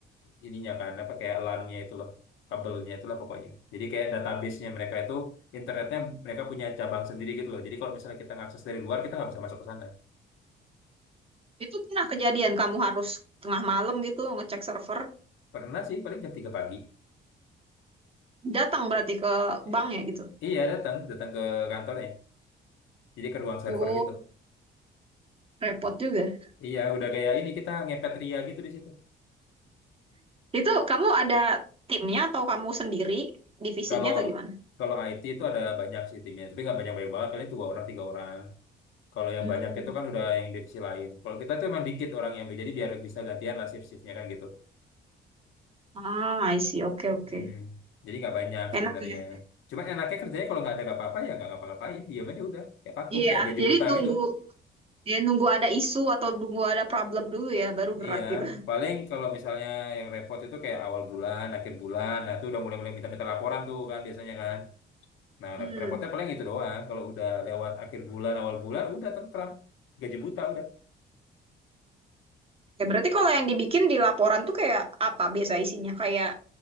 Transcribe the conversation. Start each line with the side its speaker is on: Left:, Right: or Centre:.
Left: ininya kan apa kayak LAN-nya itu loh, kabelnya itulah pokoknya. Jadi kayak database-nya mereka itu internetnya mereka punya cabang sendiri gitu loh. Jadi kalau misalnya kita ngakses dari luar kita nggak bisa masuk ke sana.
Right: Itu pernah kejadian kamu harus tengah malam gitu ngecek server
Left: Pernah sih paling jam 3 pagi.
Right: datang berarti ke
Left: Eh,
Right: bank ya gitu?
Left: iya datang, datang ke kantornya. Jadi ke ruang server
Right: Oh
Left: gitu.
Right: repot juga.
Left: Iya, udah kayak ini kita ngepet ria gitu di situ.
Right: Itu kamu ada timnya atau kamu sendiri divisinya
Left: Kalau
Right: atau gimana?
Left: kalau IT itu ada banyak sih timnya, tapi nggak banyak-banyak banget. Paling dua orang, tiga orang. Kalau yang
Right: Hmm.
Left: banyak itu kan udah yang divisi lain. Kalau kita tuh emang dikit orang yang jadi biar bisa gantian lah shift-shiftnya kan gitu.
Right: Ah, I see. Oke, oke.
Left: Mm-mm. Jadi nggak banyak
Right: Enak
Left: sebenarnya.
Right: ya.
Left: Cuma enaknya kerjanya kalau nggak ada nggak apa-apa ya nggak ngapa-ngapain, diam aja udah kayak patung,
Right: Iya,
Left: kayak gaji
Right: Jadi
Left: buta
Right: nunggu
Left: gitu.
Right: ya nunggu ada isu atau nunggu ada problem dulu ya baru gerak
Left: Iya,
Right: gitu.
Left: paling kalau misalnya yang repot itu kayak awal bulan, akhir bulan, nah itu udah mulai-mulai minta-minta laporan tuh kan biasanya kan. Nah,
Right: Hmm.
Left: rep- repotnya paling itu doang. Kalau udah lewat akhir bulan, awal bulan, udah tentram. Gaji buta udah.
Right: Ya berarti kalau yang dibikin di laporan tuh kayak apa biasa isinya? Kayak